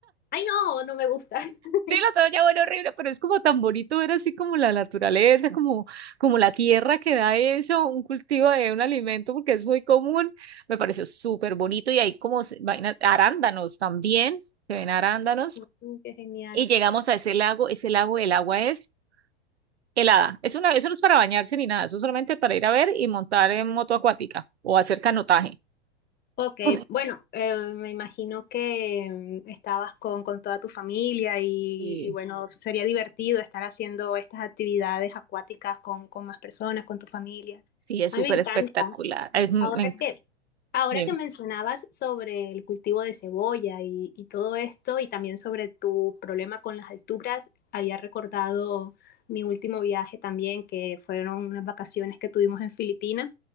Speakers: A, on the left; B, on the right.
A: no, no me gusta. <laughs>
B: Sí, la toalla huele horrible, pero es como tan bonito ver así como la naturaleza, como, como la tierra que da eso, un cultivo de un alimento, porque es muy común. Me pareció súper bonito y hay como se- vainas, arándanos también, se ven arándanos.
A: Mm, Qué genial.
B: Y llegamos a ese lago, ese lago, el agua es helada. Es una, eso no es para bañarse ni nada, eso es solamente para ir a ver y montar en moto acuática o hacer canotaje.
A: Ok,
B: <laughs>
A: bueno, eh, me imagino que mm, estabas con, con toda tu familia y,
B: Sí,
A: y bueno, sería divertido estar haciendo estas actividades acuáticas con, con más personas, con tu familia.
B: sí, es
A: A
B: súper
A: mí me encanta.
B: espectacular. Ay, me
A: Ahora
B: enc-
A: que, ahora
B: bien.
A: que mencionabas sobre el cultivo de cebolla y, y todo esto, y también sobre tu problema con las alturas, había recordado mi último viaje también, que fueron unas vacaciones que tuvimos en Filipinas.